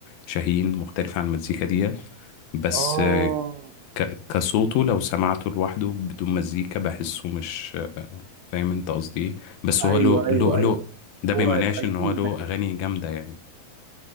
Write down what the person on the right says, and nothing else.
اه
ايوه
ايوه ايوه
هو
الايقونة
كده